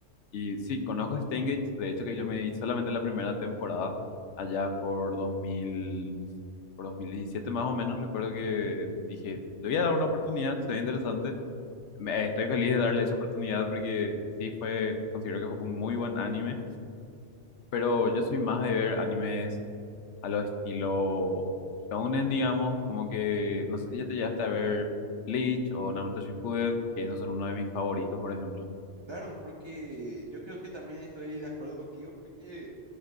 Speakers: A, on the left; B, on the right.
A: Y sí, conozco Steingate, de hecho que yo me vi solamente la primera temporada, allá por 2000, por 2017 más o menos, recuerdo que dije, le voy a dar una oportunidad, se ve interesante. Me- eh, estoy feliz de darle esa oportunidad porque sí fue, considero que fue un muy buen anime, pero yo soy más de ver animes a lo estilo shounen, digamos, como que, no sé si ya te llegaste a ver Bleach o Naruto Shippuden, que esos son uno de mis favoritos, por ejemplo.
B: Claro, porque yo creo que también estoy de acuerdo contigo, porque